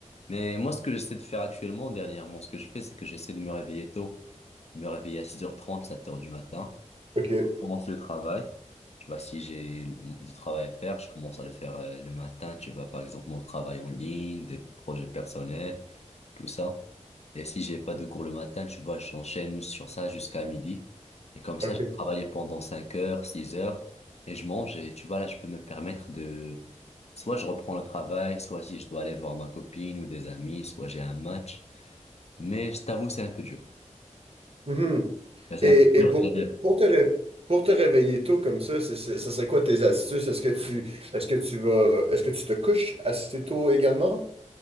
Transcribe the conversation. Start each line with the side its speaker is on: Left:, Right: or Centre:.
Left: Mais moi, ce que j'essaie de faire actuellement, dernièrement, ce que je fais, c'est que j'essaie de me réveiller tôt, de me réveiller à six heures trente, sept heures du matin,
Right: OK,
Left: commencer le travail. Tu vois, si j'ai du travail à faire, je commence à le faire euh, le matin. Tu vois, par exemple, mon travail en ligne, des projets personnels tout ça. Et si j'ai pas de cours le matin, tu vois, j'enchaîne sur ça jusqu'à midi. Et comme ça,
Right: OK.
Left: j'ai travaillé pendant 5 heures, 6 heures, et je mange. Et tu vois, là, je peux me permettre de... Soit je reprends le travail, soit si je dois aller voir ma copine ou des amis, soit j'ai un match. Mais je t'avoue, c'est un peu dur.
Right: Mhm.
Left: Là, C'est
Right: Et,
Left: un peu dur.
Right: et pour,
Left: de-
Right: pour te ré- pour te réveiller tôt comme ça, c'est- c'est- ce serait quoi tes astuces? Est-ce que tu est-ce que tu vas est-ce que tu te couches assez tôt également?